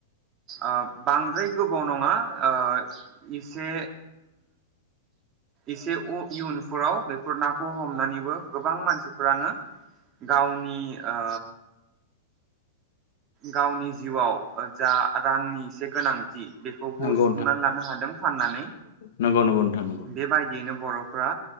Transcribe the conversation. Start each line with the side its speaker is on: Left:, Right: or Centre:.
Right: ओ बांद्राय गोबाव नङा ओ एसे एसे इयुनफोराव बे <unintelligible> खौ हमनानैबो गोबां मानसिफोरानो गावनि ओ गावनि जिउआव जा रांनि एसे गोनांथि बेखौबो
Left: नंगौ
Right: सुफुंनानै लानो हादों फाननानै
Left: नंगौ नोंथां नंगौ नोंथां नंगौ
Right: बेबायदियैनो बर' फ्रा